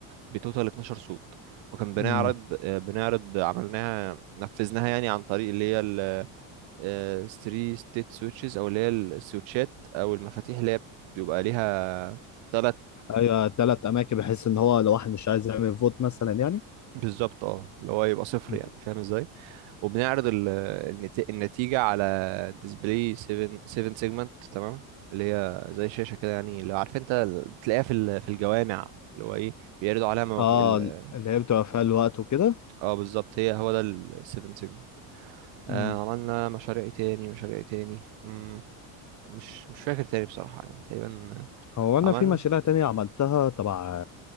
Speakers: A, on the right; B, on the left.
A: بتوتال 12 صوت وكان بنعرض
B: مم.
A: آه، بنعرض عملناها نفذناها يعني عن طريق اللي هي الستري ستيت سويتشز او اللي هي السويتشات او المفاتيح اللي هي بيبقى ليها ثلاث
B: ايوه ثلاث اماكن بحيث ان هو لو واحد مش عايز يعمل فوت مثلا يعني
A: بالظبط اه اللي هو يبقى صفر
B: مم.
A: يعني فاهم ازاي وبنعرض ال- النت- النتيجة على ديسبلاي 7 7 سيجمنت تمام اللي هي زي شاشة كده يعني اللي عارف انت ال- بتلاقيها في ال- في الجوامع اللي هو ايه بيعرضوا عليها موق...
B: اه
A: ال...
B: اللي هي بتبقى فيها الوقت وكده
A: اه بالظبط هي هو ده ال 7 سيجمنت آه
B: مم.
A: عملنا مشاريع إيه تاني مشاريع إيه تاني مم. مش مش فاكر تاني بصراحة يعني تقريبا
B: هو انا
A: عملنا
B: في مشاريع تانية عملتها تبع